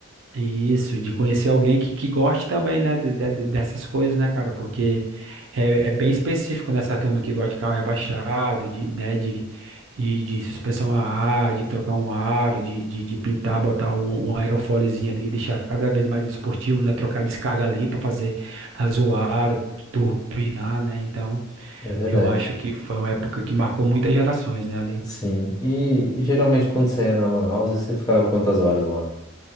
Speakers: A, on the right; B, on the left.
A: isso, de conhecer alguém que, que goste também, né, de- de- de- dessas coisas, né, cara, porque é, é bem específico nessa turma que gosta de carro rebaixado, de, né, de, de, de suspensão a ar, de trocar um aro, de, de, de pintar, botar um, um aerofóliozinho ali, deixar cada vez mais esportivo, né, trocar descarga ali para fazer azuar, turbinar, né, então
B: É verdade.
A: eu acho que foi uma época que marcou muitas gerações, né, ali.
B: Sim. E, e geralmente quando você ia na Lan House, você ficava quantas horas lá?